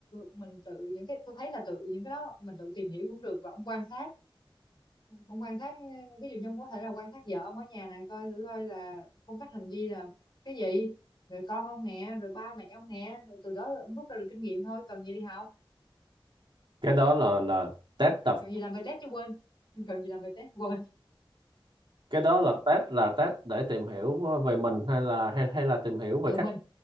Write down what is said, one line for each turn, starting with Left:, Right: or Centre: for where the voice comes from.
Left: mình tự những cái tôi thấy là tự những cái đó mình tự tìm hiểu cũng được và ông quan sát ông quan sát ví dụ như ông có thể là quan sát vợ ông ở nhà này coi thử coi là phong cách hành vi là cái gì rồi con ông nè rồi ba mẹ ông nè rồi từ đó ông rút ra được kinh nghiệm thôi cần gì đi học
Right: cái đó là là test tập
Left: cần gì làm bài test chứ quên cần gì làm bài test quên
Right: cái đó là test là test để tìm hiểu về mình hay là hay hay là tìm hiểu về
Left: đời
Right: khách
Left: mình